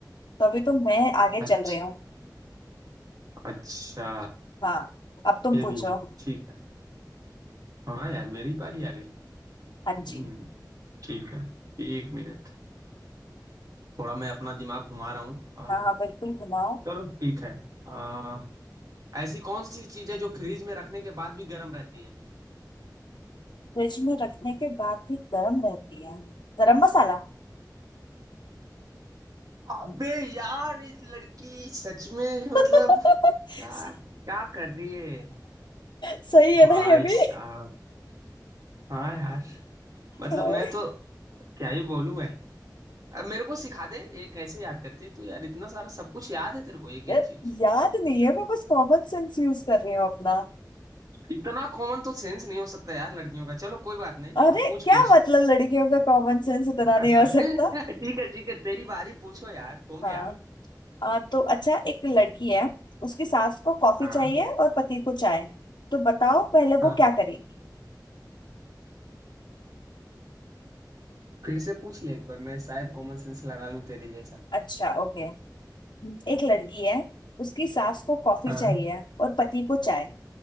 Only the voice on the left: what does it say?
तभी तो मैं आगे
चल रही हूँ
हाँ अब तुम
पूछो
हाँ जी
हाँ हाँ बिल्कुल घुमाओ
फ्रिज में रखने के बाद भी गर्म रहती है गरम मसाला
<laughs>
सही है
ना ये भी
हाय।
यार,
याद नहीं है मैं बस कॉमन सेंस यूज कर रही हूँ अपना
अरे
क्या
मतलब लड़कियों का कॉमन सेंस इतना नहीं
हो सकता
हाँ आ, तो अच्छा एक लड़की है उसकी सास को कॉफी
चाहिए और पति को चाय तो बताओ पहले
वो क्या करे
अच्छा ओके एक लड़की है उसकी सास को कॉफी
चाहिए और पति को चाय